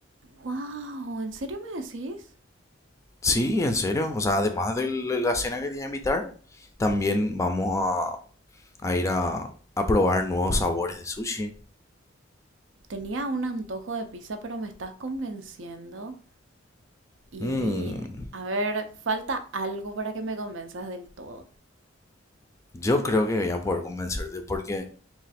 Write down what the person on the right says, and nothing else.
¡Wow! ¿En serio me decís?
Tenía un antojo de pizza, pero me estás convenciendo. Y
a ver, falta algo para que me convenzas del todo.